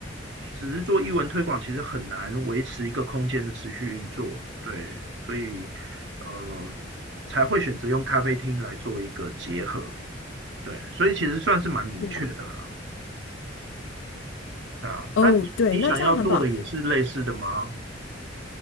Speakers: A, on the right; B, on the left.
A: 只是做艺文推广，其实很难维持一个空间的持续运作。对，所以呃才会选择用咖啡厅来做一个结合。对，所以其实算是蛮明确的啊。
B: 是，
A: 啊，
B: 哦，
A: 那你你想要做的也是类似的吗？
B: 对，那这样很棒。